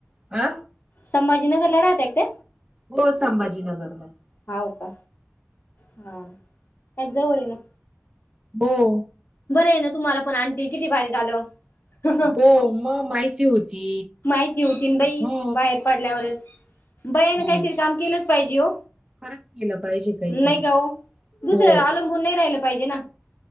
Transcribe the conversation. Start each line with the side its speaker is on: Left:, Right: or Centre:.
Right: आ
Left: संभाजी नगरला राहतायत ते.
Right: हो संभाजीनगरला
Left: हाव का, हा काय जवळ आहे
Right: हॅलो
Left: बरं आहे ना तुम्हाला पण आंटी, किती भारी झालं. ह ह
Right: हो मग माहिती होती.
Left: माहिती होतीन बाई,
Right: हो.
Left: बाहेर पडल्यावरच, बायाना
Right: हो
Left: काहीतरी काम केलंच पाहिजे ओ.
Right: खरंच केलं पाहिजे काहीतरी
Left: नाही का ओ, दुसऱ्यावर
Right: हो
Left: अवलंबून नाही राहिलं पाहिजे ना.